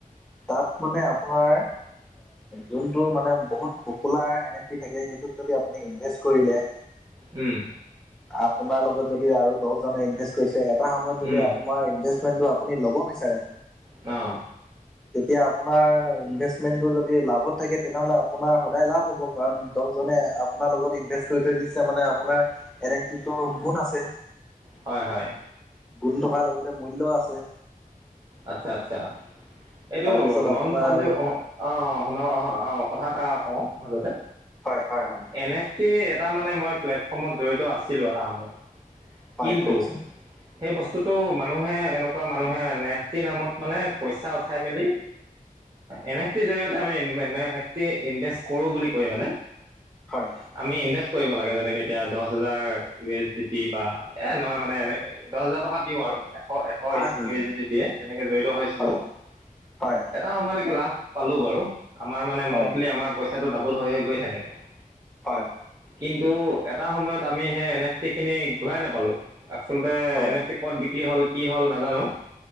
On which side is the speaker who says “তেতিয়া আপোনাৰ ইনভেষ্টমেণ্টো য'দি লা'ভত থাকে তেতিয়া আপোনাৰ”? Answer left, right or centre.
Centre